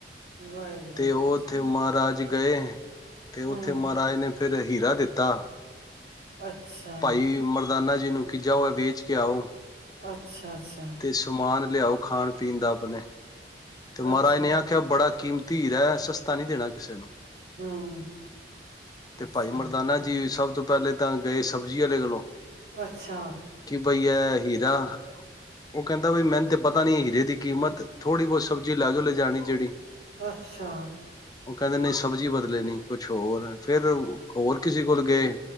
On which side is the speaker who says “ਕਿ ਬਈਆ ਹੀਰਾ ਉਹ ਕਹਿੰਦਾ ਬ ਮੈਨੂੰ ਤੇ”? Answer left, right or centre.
Left